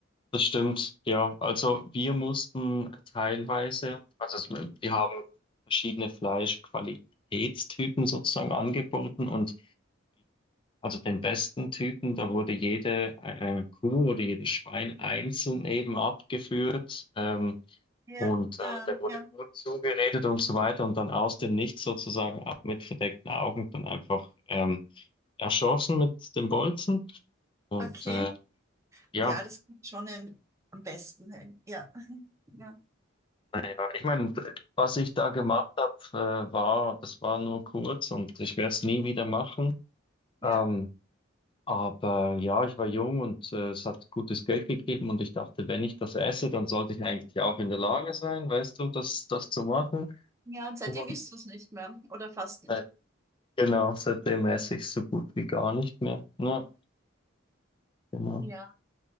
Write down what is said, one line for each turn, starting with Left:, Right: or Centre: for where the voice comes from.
Left: das stimmt, ja. Also wir mussten teilweise, also es- wir haben verschiedene Fleischqualitätstypen sozusagen angeboten und Also den besten Typen, da wurde jede äh, Kuh oder jedes Schwein einzeln eben abgeführt ähm,
Right: Ja,
Left: und äh, der wurde
Right: ja,
Left: gut zugeredet und so weiter und dann aus dem Nichts sozusagen ab mit verdeckten Augen dann einfach ähm, erschossen mit dem Bolzen. Und
Right: okay.
Left: äh,
Right: Ja,
Left: ja,
Right: das klingt schon am besten. Ja, <laughs> ja.
Left: naja, ich meine, was ich da gemacht habe, äh, war, das war nur kurz und ich werde es nie wieder machen.
Right: Ja,
Left: Ähm, Aber ja, ich war jung und äh, es hat gutes Geld gegeben und ich dachte, wenn ich das esse, dann sollte ich eigentlich auch in der Lage sein, weißt du, das, das zu machen.
Right: ja, und seitdem
Left: Und
Right: isst du es nicht mehr oder fast nicht.
Left: äh, genau, seitdem esse ich so gut wie gar nicht mehr. Ja, genau.
Right: Ja,